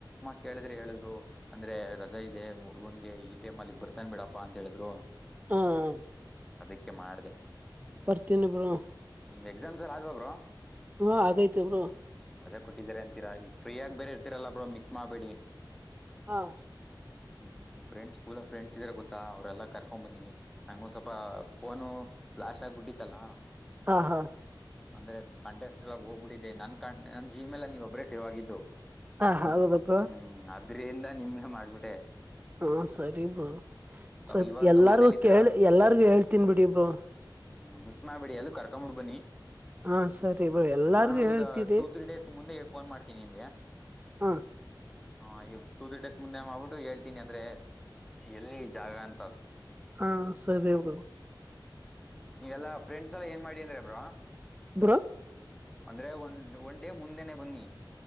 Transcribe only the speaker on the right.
ಹ್ಮ್
ಬರ್ತಿನಿ ಬ್ರೊ
ಹಾ ಆಗೈತೆ ಬ್ರೋ.
ಹಾ.
ಹಾ ಹಾ
ಹಾ ಹೌದು ಬ್ರೊ
ಹಾ ಸರಿ ಬ್ರೊ ಸರಿ
ಎಲ್ಲಾರ್ಗು
ಕೇಳಿ ಎಲ್ಲಾರ್ಗು ಹೇಳ್ತನ್ ಬಿಡಿ ಬ್ರೊ.
ಹಾ ಸರಿ ಬ್ರೋ ಎಲ್ಲಾರ್ಗು
ಹೇಳ್ತೀರಿ
ಹಾ
ಹಾ ಸರಿ ಬ್ರೊ
ಬ್ರೋ